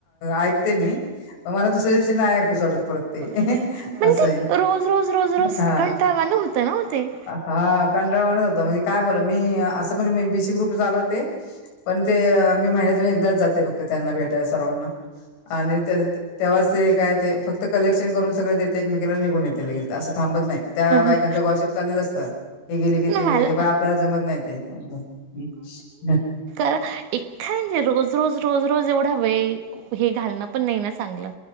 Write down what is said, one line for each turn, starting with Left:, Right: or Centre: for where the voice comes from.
Left: ऐकते मी मला दुश ते नाय ऐकुस वाटत परत ते
Right: वाटत
Left: असं आहे.
Right: परत. रोज रोज रोज रोज
Left: हा
Right: कंटाळवाणं होतं ना ओ ते. मग
Left: हा कंटाळवाणाच होतं म्हनजे काय बोलू मी अस पण मी बीसी ग्रुप चालवते पण ते मी महिन्यातुन एकदा ते फक्त त्यांना भेटाय सर्वांना आणि तेच ते तेव्हाच ते काय ते फक्त कलेक्शन करून सगळ देते एक मेकला निघून येतील लगेच असं थांबत नाही त्या बायकांचा
Right: लगेच.
Left: ग्वाशिप चालेल असतां हि गेली की ती गेली
Right: मला
Left: की पण आपल्याला जमत नाही ते.
Right: तर एखाद म्हणजे रोज रोज रोज रोज एवढा वेळ हे घालणं पण नाही ना चांगलं